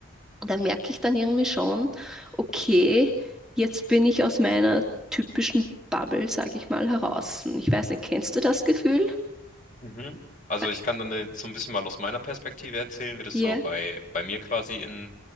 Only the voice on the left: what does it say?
Mhm. Also
ich kann dann jetzt so ein bisschen mal aus meiner Perspektive erzählen, wie das
so bei, bei mir quasi in